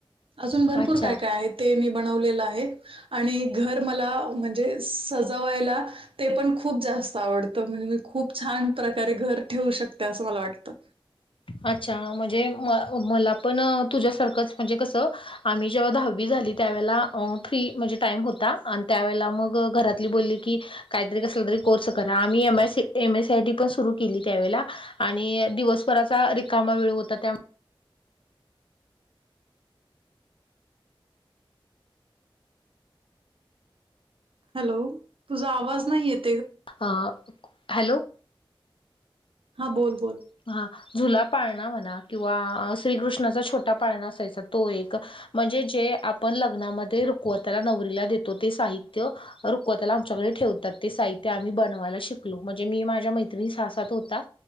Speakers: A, on the right; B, on the left.
A: अजून भरपूर
B: अच्छा,
A: काय-काय आहेत ते मी बनवलेलं आहे आणि घर मला म्हणजे सजावायला ते पण खूप जास्त आवडतं म्हणजे मी खूप छान प्रकारे घर ठेवू शकते असं मला वाटतं.
B: अच्छा म्हणजे म मला पण तुझ्यासारखंच म्हणजे कसं आम्ही जेव्हा दहावी झाली त्यावेळेला फ्री म्हणजे टाइम होता आणि त्यावेेळेला मग घरातली बोलली की काहीतरी कसला तरी कोर्स करा आम्ही एम एसीय टी पण सुरु केली. त्यावेळेला आणि दिवसभराचा रिकामा वेळ होता. त्या
A: हॅलो तुझा आवाज नाही. येत
B: अ हॅलो..
A: हा बोल बोल..
B: हा जुला पाळणा म्हणा किंवा श्रीकृष्णाचा छोटा पाळणा असायचा तो एक म्हणजे जे आपण लग्नामध्ये रुकवतला नवरीला देतो. ते साहित्य रुखवतला आमच्याकडे ठेवतात ते साहित्य आम्ही बनवायला शिकलो. म्हणजे मी माझ्या सासात होता.